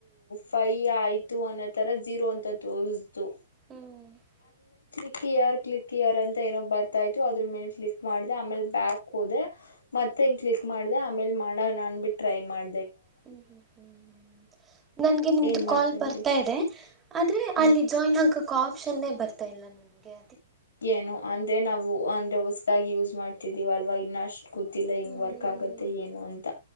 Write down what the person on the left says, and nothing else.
ಫೈ ಆಯ್ತು ಅನ್ನೋ ತರ ಜೀರೋ ಅಂತ ತೋರಿಸಿತು
ಕ್ಲಿಕ್ ಹಿಯರ್ ಕ್ಲಿಕ್ ಹಿಯರ್ ಅಂತ ಏನೋ ಬರ್ತಾ ಇತ್ತು ಅದ್ರ ಮಿನಿ ಕ್ಲಿಕ್ ಮಾಡಿದೆ ಆಮೇಲೆ ಬ್ಯಾಕ್ ಹೋದೆ ಮತ್ತೆ ಮತ್ತ ಹ ಕ್ಲಿಕ್ ಮಾಡಿದೆ ಆಮೇಲೆ ಮಾಡನ ಅನ್ಬಿಟ್ಟಿ ಟ್ರೈ ಮಾಡ
ಏನ್ ಮಾಡ್ತಾ
ಇರಿ
ಹ್ಮ
ಏನು ಅಂದ್ರೆ ನಾವು ಅಂದ್ರೆ ಹೊಸದಾಗಿ ಯೂಸ್ ಮಾಡ್ತಿದೀವ ಅಲ್ವಾ ಇನ್ನಷ್ಟು ಗೊತ್ತಿಲ್ಲ ಹೆಂಗ್
ವರ್ಕ್ ಆಗತ್ತೆ ಏನು ಅಂತ